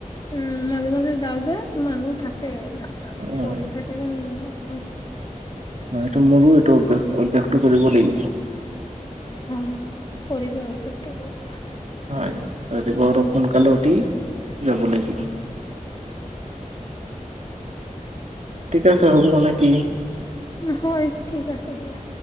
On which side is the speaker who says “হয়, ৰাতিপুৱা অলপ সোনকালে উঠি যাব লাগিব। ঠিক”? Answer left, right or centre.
Right